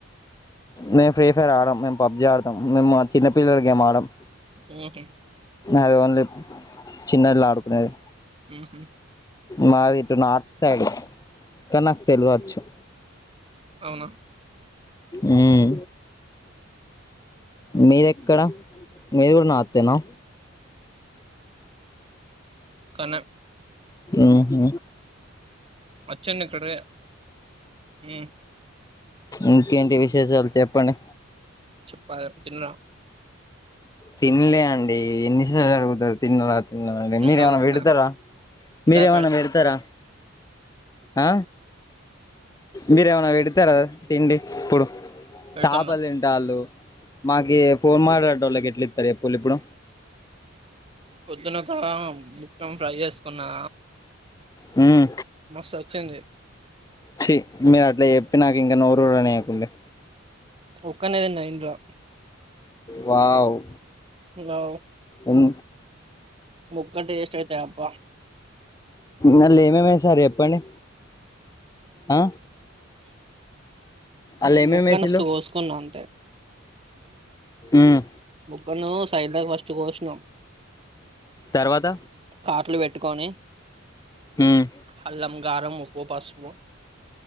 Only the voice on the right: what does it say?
ఊహు
ఊహు
అవ్ నా?
కన్
అచ్చెన్న ఇక్కడే ఊ
చెప్పలి తిన్నా
ఎందుకు
తిన్నా
దా పెడత
పెడతాందా
పొద్దున ఒక మొత్తం ఫ్రై చేసుకున్నా
మస్థోచ్చింది
ఒక్కన్నే దిన్నా ఇంట్లో
హలో
ముక్క టేస్ట్ అయితే అబ్బా
ఊ ముక్క
నష్టు కోసుకున్నా అంతే
ముక్కను సైడ్లో ఫస్టు గోష్నా
కాట్లు పెట్టుకొని
అల్లం, గారం ఓ పాస్మో